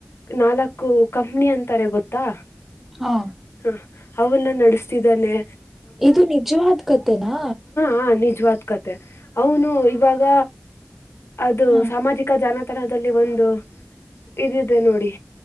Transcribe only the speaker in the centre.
ಹಾ
ಇದು ನಿಜವಾದ್ ಕತೆೆನಾ.
ಹಾ